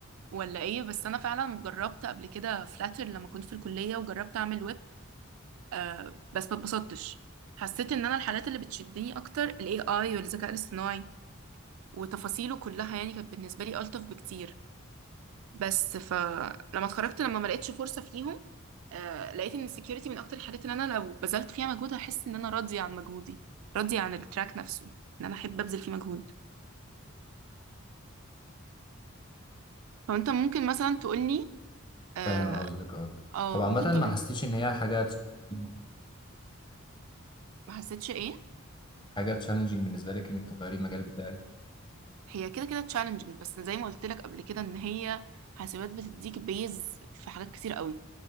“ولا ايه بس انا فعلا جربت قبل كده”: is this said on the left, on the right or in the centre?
Right